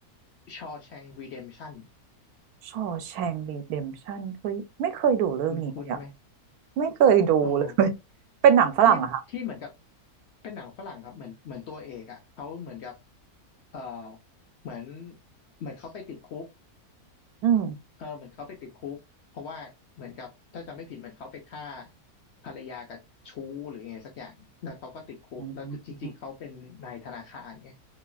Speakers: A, on the left (about 60°); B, on the right (about 80°).
A: Shawshank Redemption
B: ชอแชงรีเดมชั่นเฮ้ยไม่เคยดูเรื่องนี้เลยอะ
A: คุ้นคุ้นไหม
B: ไม่เคยดูเลย
A: เออ
B: <laughs> เป็นหนังฝรั่งอะค่ะ
A: ที่ที่เหมือนกับเป็นหนังฝรั่งครับเหมือนเหมือนตัวเอกอ่ะเขาเหมือนกับเออเหมือนเหมือนเขาไปติดคุก
B: อืม
A: เออเหมือนเขาไปติดคุกเพราะว่าเหมือนกับถ้าจำไม่ผิดเหมือนเขาไปฆ่าภรรยากับชู้หรือไงสักอย่างแล้วเขาก็ติดคุกแล้วจริงๆเขาเป็นนายธนาคารไง
B: อืม